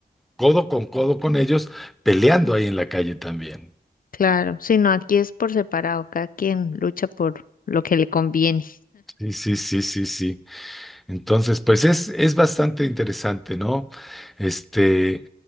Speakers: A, in the centre; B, on the left (about 60°).
A: codo con codo con ellos peleando ahí en la calle también.
B: Claro. Si no, aquí es por separado, cada quien lucha por lo que le conviene.
A: Sí, sí, sí, sí, sí. Entonces, pues es, es bastante interesante, ¿no? Este,